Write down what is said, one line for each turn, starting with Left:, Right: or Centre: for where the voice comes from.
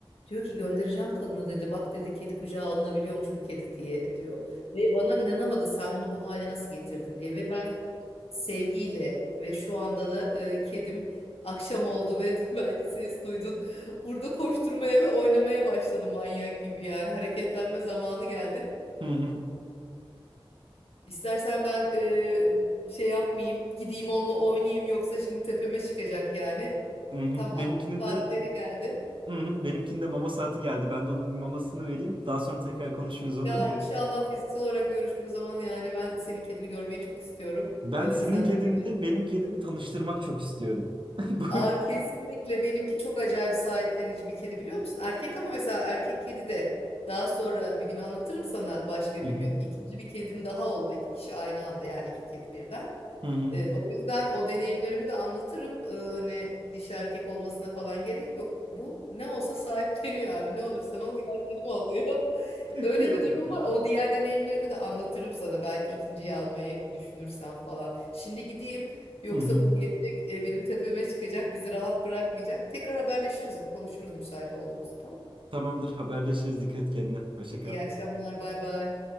Left: Diyor ki göndereceğim kadına dedi. Bak dedi kedi kucağa alınabiliyormuş bu kedi diye diyor. Ve bana inanamadı sen bunu bu hale nasıl getirdin diye. Ve ben sevgiyle ve şu anda da e, kedim akşam oldu ve <laughs> belki ses duydun. Burada koşturmaya ve oynamaya başladı manyak gibi yani. Hareketlenme zamanı geldi.
Right: Hı hı.
Left: İstersen ben e, şey yapmayayım gideyim onunla oynayayım yoksa şimdi tepeme çıkacak yani.
Right: Hı hı.
Left: Tam aklı
Right: Benimkinin
Left: saatleri
Right: de
Left: geldi.
Right: Hı hı, Benimkinde mama saati geldi. Ben de onun bir mamasını vereyim. Daha sonra tekrar konuşuruz olur
Left: Ya
Right: mu?
Left: inşallah fiziksel olarak görüştüğümüz zaman yani ben senin kedini görmeyi çok istiyorum.
Right: Ben
Left: Ee,
Right: senin
Left: sen
Right: kedinle
Left: de gelir.
Right: benim kedimi tanıştırmak çok istiyorum. <laughs> Bu...
Left: Aa kesinlikle benimki çok acayip sahiplenici bir kedi biliyor musun? Erkek ama mesela erkek kedi de daha sonra bir gün anlatırım sana başka
Right: Hı
Left: bir
Right: hı,
Left: gün. İkinci bir kedim daha oldu. iki kişi aynı anda yani iki kedi birden.
Right: hı hı.
Left: Ee, o yüzden o deneyimlerimi de anlatırım. Ee, hani dişi erkek olmasına falan gerek yok. Bu ne olsa sahipleniyor abi. Ne olursan ol gel benim ol diyor. <laughs>
Right: <laughs>
Left: Öyle
Right: Kıyamam
Left: bir durum
Right: ya.
Left: var. O diğer deneyimlerimi de anlatırım sana. Belki ikinciyi almayı düşünürsen falan. Şimdi gideyim. Yoksa
Right: Hı hı.
Left: bu gelecek e, benim tepeme çıkacak. Bizi rahat bırakmayacak. Tekrar haberleşiriz. Konuşuruz müsait olduğumuzda. Tamam.
Right: Tamamdır haberleşiriz. Dikkat et kendine. Hoşça kal.
Left: İyi akşamlar. Bay bay.